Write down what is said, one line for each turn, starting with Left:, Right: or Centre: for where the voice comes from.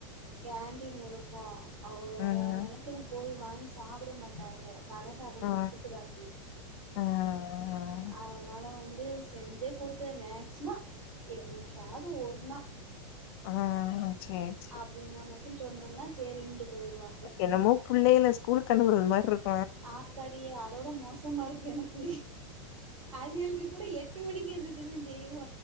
Right: கேண்டீன் இருக்கு அவக வேல
Left: ம்
Right: மெணக்குன் போய் வாங்கி சாப்பிட மாட்டாக கட சாப்பாடு
Left: ஆ
Right: ஒத்துக்குறாது
Left: ஆ ஆ
Right: அதனால வந்து செஞ்சேக் குடுத்தனே மேக்ஸிமொ என்னைக்கது ஒர்ணா
Left: ஆ சேர்
Right: அப்டின்னா மட்டு சொன்னம்னா சேரிண்டு போயிருவா
Left: என்னமோ புள்ளைல ஸ்கூலுக் அனுப்புற மாரி இருக்
Right: ஆத்தாடி அதோட மோசமா இருக்கு எனக்கு அவியளுக்கு கூட எட் ட்டு மணிக்கு எந்திச்சுதே செய்வோ